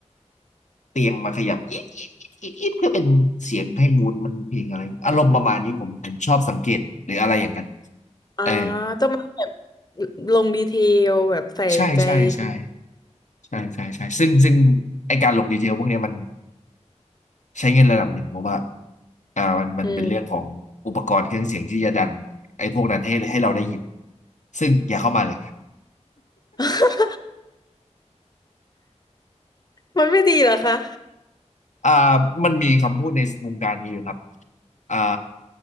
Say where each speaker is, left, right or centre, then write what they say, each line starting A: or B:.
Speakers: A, on the left; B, on the left.
A: เตียงมาขยับอีดอีดอีดอีดอีดเพื่อเป็นเสียงให้มูดมันเพลงอะไรอารมณ์ประมาณนี้ผมผมชอบสังเกตหรืออะไรอย่างนั้น
B: อ่า
A: เออ
B: ต้องมาแบบลงดีเทลแบบใส่ใจดีเทล
A: ใช่ใช่ใช่ใช่ใช่ใช่ซึ่งซึ่งไอการลงดีเทลพวกเนี้ยมันใช้เงินระดับหนึ่งเพราะว่าอ่ามันมันเป็นเรื่องของอุปกรณ์เครื่องเสียงที่จะดันไอพวกนั้นให้ให้เราได้ยิน
B: อืม
A: ซึ่งอย่าเข้ามาเลย
B: <laughs> มันไม่ดีเหรอคะ
A: อ่ามันมีคำพูดในวงการนี้อยู่ครับอ่า